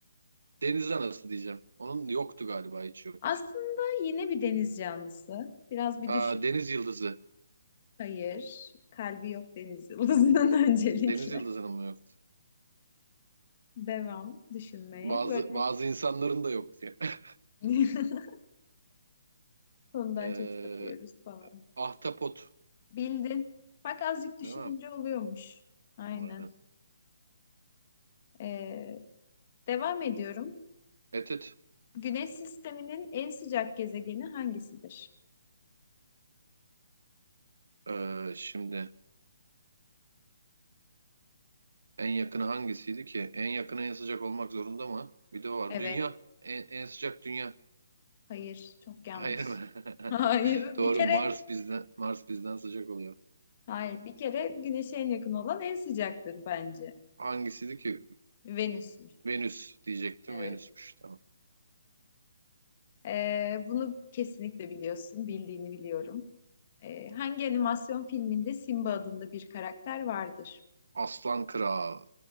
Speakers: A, on the right; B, on the left.
A: Deniz anası diyeceğim. Onun yoktu galiba hiç yok.
B: Aslında yine bir deniz canlısı. Biraz bir
A: Aa,
B: düşün.
A: deniz yıldızı.
B: Hayır. Kalbi yok deniz yıldızının <laughs> öncelikle.
A: Deniz yıldızının mı yok?
B: Devam düşünmeye.
A: Bazı
B: Böyle
A: bazı insanların da yok diye. <laughs>
B: <laughs> Konudan
A: Ee,
B: çok sapıyoruz falan.
A: ahtapot.
B: Bildin. Bak azıcık düşününce
A: Değil mi?
B: oluyormuş. Aynen.
A: Aynen.
B: Ee, devam ediyorum.
A: Evet. evet.
B: Güneş sisteminin en sıcak gezegeni hangisidir?
A: Ee, şimdi en yakını hangisiydi ki? En yakını en sıcak olmak zorunda mı? Bir de o var.
B: Evet.
A: Dünya. En, en sıcak dünya.
B: Hayır. Çok yanlış.
A: Hayır mı? <laughs>
B: <laughs> Hayır.
A: Doğru
B: Bir kere.
A: Mars bizden Mars bizden sıcak oluyor.
B: Hayır. Bir kere Güneş'e en yakın olan en sıcaktır bence.
A: Hangisiydi ki?
B: Venüs'müş.
A: Venüs diyecektim.
B: Evet.
A: Venüsmüş tamam.
B: Ee, bunu kesinlikle biliyorsun. Bildiğini biliyorum. Ee, hangi animasyon filminde Simba adında bir karakter vardır?
A: Aslan Kral.